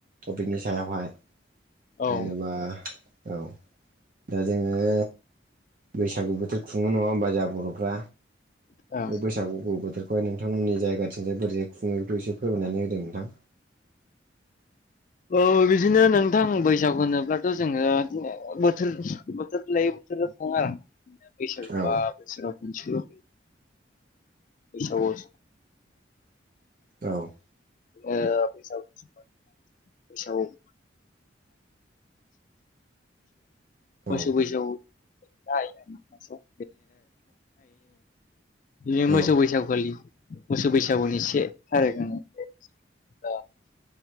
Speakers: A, on the right; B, on the left.
A: टपिकनि सायावहाय
B: औ
A: जेनेबा औ दा जोंङो बैसागु बोथोर खुङो नंङा होमबा जोंहा बर'फ्रा
B: ओं
A: बे बैसागु बोथोरखौ बे नोंथांमोननि जायगां जाय बैाय खुङो बेखौ एसे फोरमायनानै होददों नोंथां
B: औ बिदिनो नोंथां बैसागु होनोब्लाथ' जोङो बोथोर बोथोर लायै बोथोर अहाय बैसागुवा
A: औ
B: बोसोराव खोमसेल बैसागु
A: औ
B: ए बैसागु समा बैसागु <inaudible> मोसौ
A: औ
B: बैसागो <unintelligible> बिदिनो मोसौ
A: औ
B: बैसागुखालि मोसौ बैसागुनि से थारिख होन दा